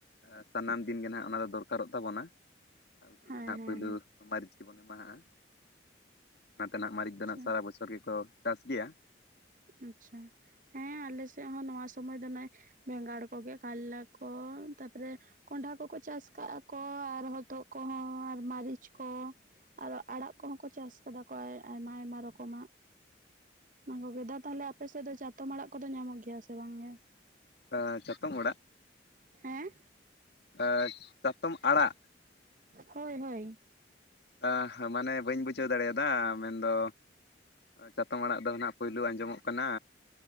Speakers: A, on the left (about 60°); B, on the right (about 45°).
A: ᱮᱸᱥᱟᱱᱟᱢ ᱫᱤᱱ ᱜᱮ ᱱᱟᱦᱟᱜ ᱚᱱᱟ ᱫᱚ ᱫᱚᱨᱠᱟᱨᱚᱜ ᱛᱟᱵᱚᱱᱟ ᱾ ᱟᱨ ᱩᱛᱩ
B: ᱦᱮᱸ
A: ᱨᱮ ᱱᱟᱜ
B: ᱦᱮᱸ
A: ᱯᱳᱭᱞᱳ ᱢᱟᱹᱨᱤᱪ ᱜᱮᱵᱚᱱ ᱮᱢᱟᱦᱟᱜ-ᱟ᱾ ᱚᱱᱟᱛᱮ ᱱᱟᱜ ᱢᱟᱹᱨᱤᱪ ᱫᱚ
B: ᱦᱮᱸ
A: ᱦᱟᱜ ᱥᱟᱨᱟ ᱵᱚᱪᱷᱚᱨ ᱵᱚᱪᱚᱨ ᱜᱮᱠᱚ ᱪᱟᱥ ᱜᱮᱭᱟ ᱾
B: ᱟᱪᱪᱷᱟ ᱦᱮᱸ ᱟᱞᱮᱥᱮᱫ ᱦᱚᱸ ᱱᱚᱣᱟ ᱥᱩᱚᱢᱚᱭ ᱫᱚ ᱱᱚᱜ-ᱚᱭ ᱵᱮᱸᱜᱟᱲ ᱠᱚᱜᱮ ᱠᱟᱞᱞᱟ ᱠᱚ ᱛᱟᱯᱚᱨᱮ ᱠᱚᱸᱰᱷᱟ ᱠᱚᱠᱚ ᱪᱟᱥ ᱠᱟᱜ-ᱟ ᱾ᱠᱚ ᱟᱨ ᱦᱚᱛᱚᱫ ᱠᱚᱦᱚᱸ ᱟᱨ ᱢᱟᱹᱨᱤᱪ ᱠᱚ ᱾ ᱟᱨᱚ ᱟᱲᱟᱜ ᱠᱚᱦᱚᱸ ᱠᱚ ᱪᱟᱥ ᱠᱟᱫᱟ ᱠᱚ ᱟᱭᱢᱟ ᱟᱭᱢᱟ ᱨᱚᱠᱚᱢᱟᱜ ᱠᱚ ᱾ ᱮᱫᱟ ᱛᱟᱦᱚᱞᱮ ᱟᱯᱮ ᱥᱮᱫ ᱫᱚ ᱪᱟᱛᱚᱢ ᱟᱲᱟᱜ ᱠᱚᱫᱚ ᱧᱟᱢᱚᱜ, ᱜᱮᱭᱟ ᱥᱮ ᱵᱟᱝᱜᱮ?
A: ᱮᱸ ᱪᱟᱛᱚᱢ ᱚᱲᱟᱜ
B: ᱦᱮᱸ᱾
A: ᱮᱸ ᱪᱟᱛᱚᱢ ᱟᱲᱟᱜ
B: ᱦᱳᱭ ᱦᱳᱭ᱾
A: ᱟᱸᱦ ᱢᱟᱱᱮ ᱵᱟᱹᱧ ᱵᱩᱡᱷᱟᱹᱣ ᱫᱟᱲᱮᱭᱟᱫᱟ ᱢᱮᱱᱫᱚ ᱪᱟᱛᱚᱢ ᱟᱲᱟᱜ ᱫᱚ ᱦᱟᱜ ᱯᱳᱭᱞᱳ ᱟᱸᱡᱚᱢᱚᱜ ᱠᱟᱱᱟ᱾